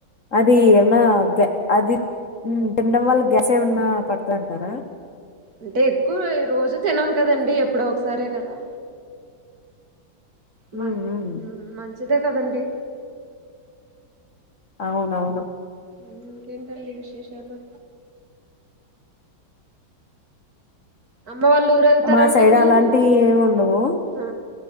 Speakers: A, on the left (about 45°); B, on the right (about 50°).
A: అదీ ఆ గ అది తినడం వళ్ళ గ్యాస్ ఏమన్న పడతదంటారా
B: అంటే ఎక్కువ రోజూ తినం కదండీ ఎప్పుడో ఒకసారే కదా
A: హ్మ్.
B: మ
A: హ్మ్.
B: మంచిదే కదండి
A: అవునవును
B: ఉమ్ ఇంకేంటండి విశేషాలు అమ్మ వాళ్ళ ఊరు వెళ్తారండి
A: మా సైడ్
B: మీరు
A: అలాంటివి ఏమి ఉండవు
B: ఆ